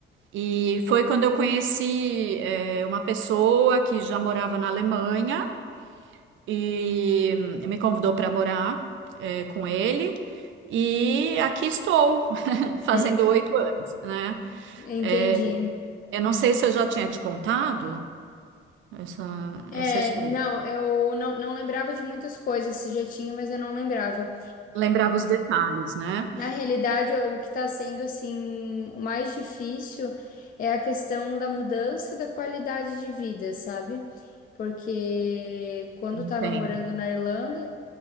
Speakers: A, on the right; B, on the left.
A: E foi quando eu conheci eh, uma pessoa que já morava na Alemanha e me convidou para morar eh, com ele. E aqui estou, <laughs> fazendo
B: Hum.
A: oito anos, né?
B: Entendi.
A: Eh, eu não sei se eu já tinha te contado essa,
B: É,
A: essa história.
B: não, eu não, não lembrava de muitas coisas, se já tinha, mas eu não lembrava.
A: Lembrava os detalhes, né?
B: Na realidade, o que está sendo assim o mais difícil é a questão da mudança da qualidade de vida, sabe? Porque quando
A: Entendo.
B: estava morando na Irlanda,